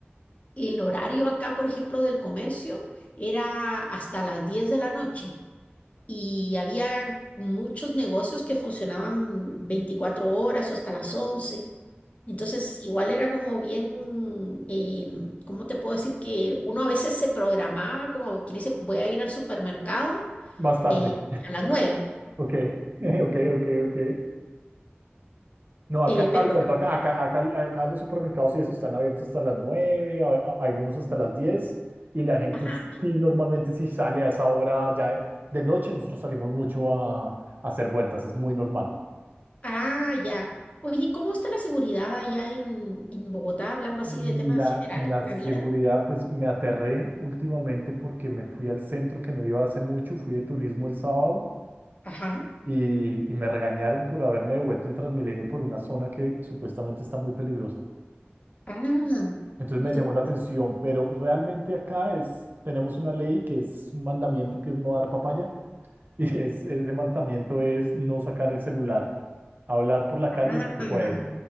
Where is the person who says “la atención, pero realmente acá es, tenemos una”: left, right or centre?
Right